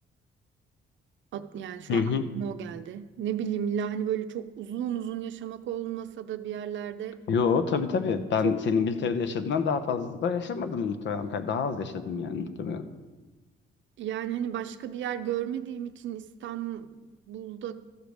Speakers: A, on the right (about 70°); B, on the left (about 65°).
A: At- Yani şu
B: Hı
A: an
B: hı.
A: aklıma o geldi. Ne bileyim illa hani böyle çok uzun uzun yaşamak olmasa da bir yerlerde
B: Yo tabii tabii. Ben
A: çok
B: senin İngiltere'de yaşadığından daha fazla da yaşamadım muhtemelen. Daha az yaşadım yani muhtemelen.
A: yani hani başka bir yer görmediğim için İstanbul'da